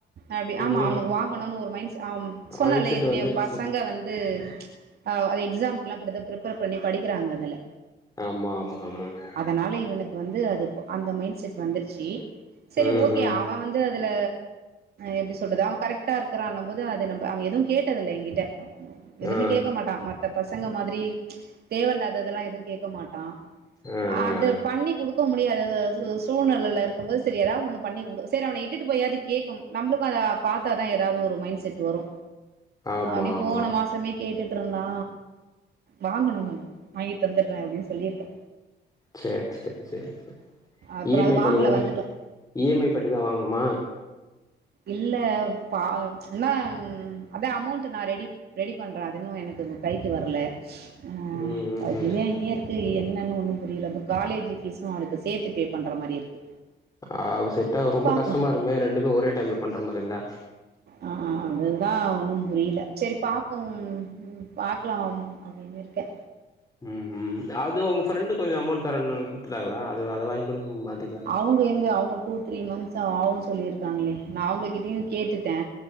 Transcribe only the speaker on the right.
அப்டி ஆமா
அவனுக்கு வாங்கணுனு ஒரு மைண்ட சொன்னல
ஏற்கனவே
பசங் க வந்து அ எக்ஸாம்க்கு எல்லா இப்டி தா பிரிப்பேர் பண்ணி படிக்கிறாங்க அதுல
அதனால இவனுக்கு வந்து அது அந்த மைண்ட் செட் வந்துருச்சு சரி
ஓகே
அவன் வந்து அதுல் எப்டி சொல்றது அவன் கரெக்டா இருக்கான்ற போது அது அவன் எதுவு கேட்டதில்ல என்கிட்ட எதுவுமே
கேட்க மாட்டா மத்த பசங்க மாதிரி தேவ இல்லாததெல்லா எதுவு கேட்க மாட்டா
அது
பண்ணி குடுக்க முடியாது சூழ்நிலில இருக்கும்போது சரி ஏதாவு ஒன்னு பண்ணி கொடு சரி அவன இட்டுட்டு போயாவுது கேக்கு நம்மளுக்கு அத பாத்தாதா எதாவுது ஒரு மைண்ட் செட் வரு
அப்டினு
போன மாசோ மே கேட்டுட்டு இருந்தா வாங்கணு வாங்கி தந்துற அப்டின்னு சொல்லியிருக்கே
அப்புறோ
அது
வாங்கல
வந்துட்டோ
இல்ல பா என்ன அதா அமௌண்ட் நா ரெடி ரெடி பண்ற அது இன்னு எனக்கு கைக்கு வரல்ல ஆ
ஜலிங்கியா இருக்கு என்னன்னு ஒண்ணு புரியல ப்போ காலேஜ் பீஸ்ஸும் அவனுக்கு சேத்து பே பண்ற மாரி இருக்கு
பாக்கு
ஆ அதுதா ஒன்னும் புரியல சரி பாப்போ பாக்கலா அப்படின்னு இருக்கே
அவங்க எங்க அவங்க டூ த்ரீ மந்த்ஸ் ஆகுன்னு சொல்லிருக்காங்களே நா அவங்ககிட்டயும் கேட்டுட்டே